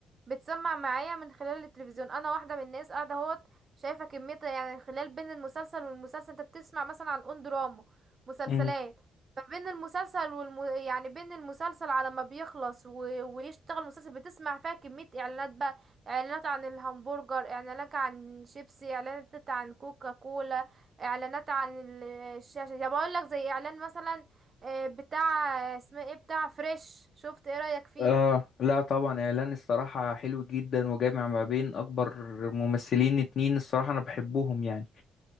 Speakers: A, on the right (about 40°); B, on the left (about 55°).
A: بتسمع معايا من خلال التلفزيون انا واحده من الناس قاعده اهوت شايفه كميه يعني خلال بين المسلسل والمسلسل انت بتسمع مثلا عن اون دراما مسلسلات
B: مم.
A: فبين المسلسل والم... يعني بين المسلسل على ما بيخلص و... ويشتغل المسلسل بتسمع فيها كميه اعلانات بقى اعلانات عن الهمبرجر اعلانات عن شيبسي اعلانات عن كوكا كولا اعلانات عن ال- الشاشه يا بقول لك زي اعلان مثلا آه، بتاع آه، اسمه ايه بتاع فريش شفت ايه رأيك فيه
B: اه لا طبعا اعلان الصراحة حلو جدا وجامع ما بين اكبر ممثلين اتنين الصراحة انا بحبهم يعني